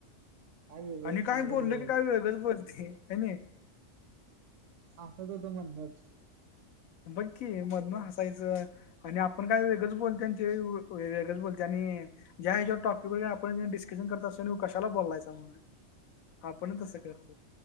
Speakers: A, on the right; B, on the left.
A: काय वेगळेच
B: आणि काय
A: कांड करत
B: बोललं
A: होते
B: की काय वेगळंच बोलते क नी?
A: हसतं होतं मधनचं.
B: बघ की मधन हसायचं. आणि आपण काय वेगळंच बोलत्या ते वेगळंच बोलते आणि ज्या ह्याच्या टॉपिक वर आपण डिस्कशन करत असतो कशाला बोलायचा म्हणे. आपण तसं करते